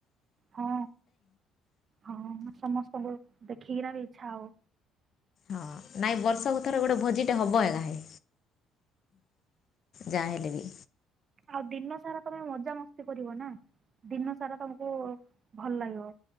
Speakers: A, on the right (about 35°); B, on the left (about 40°).
A: ହଁ ହଁ ସମସ୍ତଙ୍କୁ ଦେଖିକିନା ବି ଇଛା ହବ।
B: ହଁ ନାଇଁ ବର୍ଷକୁ ଥର ଗୋଟେ ଭୋଜିଟା ହେବ ହେ କାହିଁ ଯାହା ହେଲେ ବି।
A: ଆଉ ଦିନ ସାରା ତମେ ମଜା ମସ୍ତି କରିବ ନା ଦିନ ସାରା ତମକୁ ଭଲ ଲାଗିବ।